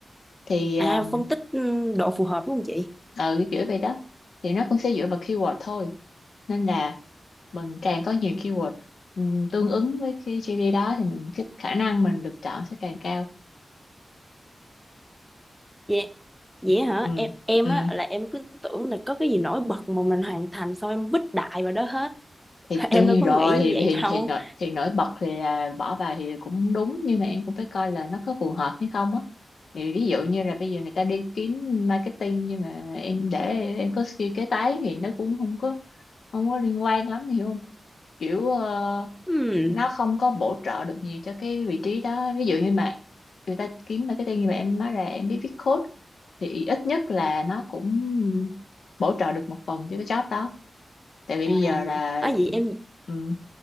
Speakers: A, on the left; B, in the centre.
A: thì ờ,
B: à phân tích ừ, độ phù hợp đúng không chị?
A: ừ cái kiểu vậy đó thì nó cũng sẽ dựa vào keyword thôi nên là mình càng có nhiều keyword ừm, tương ứng với cái GD đó thì mình cái khả năng mình được chọn sẽ càng cao
B: Dạ, vậy hả?
A: ừ
B: Em em
A: ừ
B: á là em cứ tưởng là có cái gì nổi bật mà mình hoàn thành xong em vứt đại vào đó hết.
A: thì
B: <laughs>
A: đương
B: Em
A: nhiên
B: đâu có
A: rồi
B: nghĩ như
A: thì thì
B: vậy đâu.
A: thì nổi, thì nổi bật thì là bỏ vào thì cũng đúng nhưng mà em cũng phải coi là nó có phù hợp hay không á thì ví dụ như là bây giờ người ta đi kiếm marketing nhưng mà em để em có skill kế toán thì nó cũng không có không có liên quan lắm hiểu không kiểu ờ,
B: Ừm,
A: nó không có bổ trợ được nhiều cho cái vị trí đó ví dụ như mà người ta kiếm marketing như vậy em nói ra em biết viết code thì ít nhất là nó cũng bổ trợ được một phần cho cái job đó tại vì
B: À,
A: bây giờ là
B: à vậy em
A: ừ,